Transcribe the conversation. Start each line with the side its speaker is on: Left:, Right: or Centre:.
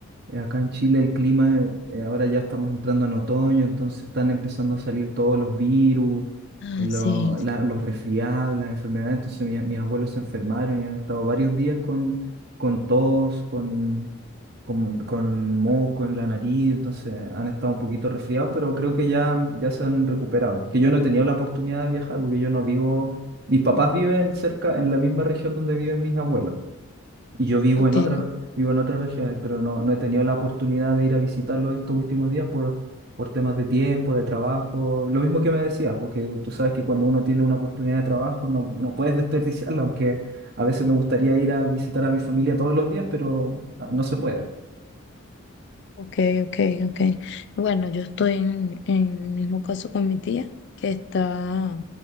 Right: Eh, Acá en Chile el clima, eh, eh, ahora ya estamos entrando en otoño, entonces están empezando a salir todos los virus,
Left: ay,
Right: eh, lo-
Left: sí,
Right: la- los resfriados, las enfermedades. Entonces mi- mis abuelos se enfermaron y han estado varios días con, con tos, con, con, con moco en la nariz, entonces han estado un poquito resfriados, pero creo que ya, ya se han recuperado. Que yo no he tenido la oportunidad de viajar porque yo no vivo, mis papás viven cerca, en la misma región donde viven mis abuelos. Y yo vivo
Left: ok.
Right: en otra, vivo en otras regiones, pero no, no he tenido la oportunidad de ir a visitarlo estos últimos días por, por temas de tiempo, de trabajo. Lo mismo que me decías, porque tú sabes que cuando uno tiene una oportunidad de trabajo no, no puedes desperdiciarla, aunque a veces me gustaría ir a visitar a mi familia todos los días, pero ah, no se puede.
Left: Ok, ok, ok. Bueno, yo estoy en, en el mismo caso con mi tía, que está